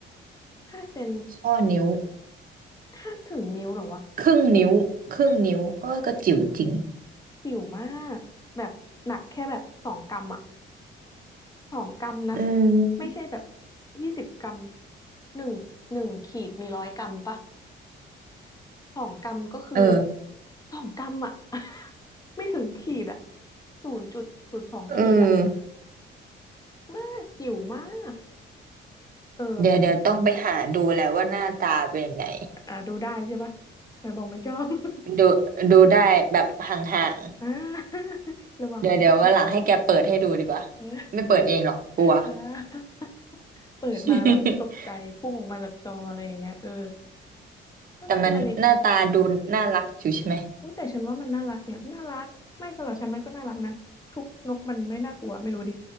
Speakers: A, on the left (about 20°); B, on the right (about 45°).
A: ห้าเซน
B: ข้อนิ้ว
A: ถ้าถึงนิ้วเหรอวะ
B: ครึ่งนิ้วครึ่งนิ้วเออก็จิ๋วจริง
A: ถึงจิ๋วมากแบบหนักแค่แบบสองกรัมอะสองกรัมนะ
B: อื
A: ไม่ใช่แบบ
B: ม
A: ยี่สิบกรัมหนึ่งหนึ่งขีดมีร้อยกรัมปะ สองกรัมก็คือ
B: เออ
A: สองกรัมอ่ะ <laughs> ไม่ถึงขีดอ่ะศูนย์จุดศูนย์สองขีดอ่ะ
B: เออ
A: มากจิ๋วมากเออ
B: เดี๋ยวเดี๋ยวต้องไปหาดูแหละว่าหน้าตาเป็นยังไง
A: อ่าดูได้ใช่ปะไม่บอกไม่ชอบ <laughs>
B: ดูดูได้แบบห่าง
A: อ่าระวังมันพุ่ง
B: ๆเดี๋ยวเดี๋ยววันหลังให้แกเปิดให้ดูดีกว่า
A: เออ
B: ไม่เปิดเองหรอกกลัว
A: อ่าเปิดมาแบบตกใจพุ่งออกมาจากจออะไรอย่างเงี้ยเออ
B: <laughs>
A: มันตัวเล็ก
B: แต่มันหน้าตาดูน่ารักอยู่ใช่ไหม
A: อุ้ยแต่ฉันว่ามันน่ารักเนี่ยน่ารักไม่สำหรับฉันมันก็น่ารักนะทุกนกมันไม่น่ากลัวไม่รู้ดิ